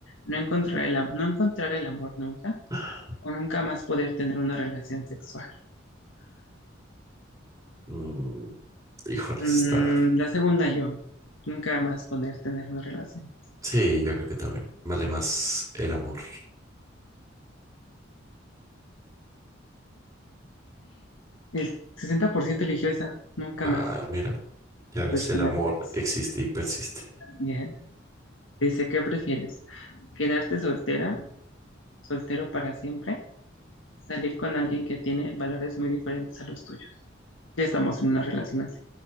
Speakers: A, on the left; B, on the right.
A: ¿No encontrar el, am- no encontrar el amor nunca
B: ¡Ah!
A: o nunca más poder tener una relación sexual?
B: Mm, Híjole,
A: Mm,
B: está.
A: la segunda yo. Nunca más poner tener una relación.
B: Sí, yo creo que también vale más el amor.
A: El 60% eligió esa. Nunca
B: Ah,
A: más
B: mira, ya ves,
A: poder
B: el
A: tener
B: amor
A: sexo.
B: existe y persiste.
A: Bien. Dice, ¿qué prefieres? ¿Quedarte soltera, soltero para siempre? ¿Salir con alguien que tiene valores muy diferentes a los tuyos? Ya estamos en una relación así.